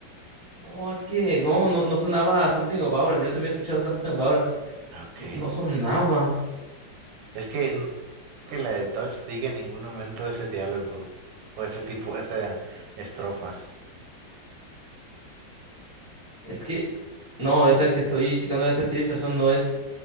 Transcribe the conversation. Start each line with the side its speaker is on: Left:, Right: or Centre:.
Centre: No, es que no, no, no sonaba Something About Us. Yo también he escuchado Something About Us.
Right: Ah, Ok.
Centre: No, no sonaba.
Right: Es que no creo que la de Touch diga en ningún momento ese diálogo o ese tipo, esa estrofa.
Centre: Es que, no, ahorita que estoy checando esta tienes razón, no es,